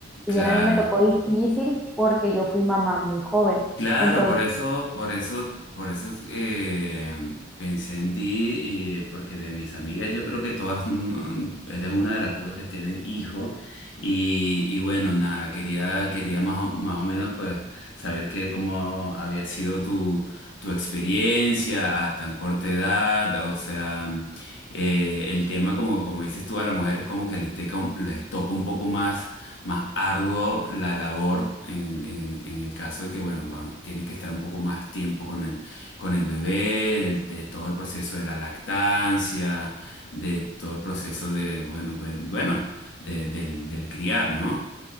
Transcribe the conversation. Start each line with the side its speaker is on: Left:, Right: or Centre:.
Left: claro.
Centre: Si bien a mí me tocó difícil porque yo fui mamá muy joven.
Left: Claro,
Centre: Entonces,
Left: por eso, por eso, por eso eh, pensé en ti y porque de mis amigas yo creo que todas no- eres una de las pocas que tienen hijo y, y bueno, nada, quería, quería más o, más o menos pues saber que cómo había sido tu, tu experiencia a tan corta edad, o sea, eh, el tema como, como dices tú a las mujeres como que les toca, les toca un poco más más arduo la labor en, en el, en el caso de que, bueno, van- tienen que estar un poco más tiempo con el, con el bebé, del- de, todo el proceso de la lactancia, de todo el proceso de, bueno, buen- bueno, de- del, del criar, ¿no?